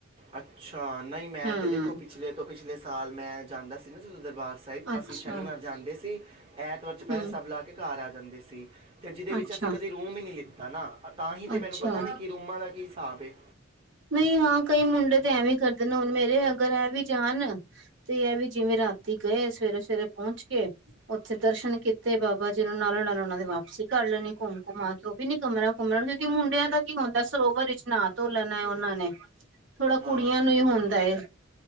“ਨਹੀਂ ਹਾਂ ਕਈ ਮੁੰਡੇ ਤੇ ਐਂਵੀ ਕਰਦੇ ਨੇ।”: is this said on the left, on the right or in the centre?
Right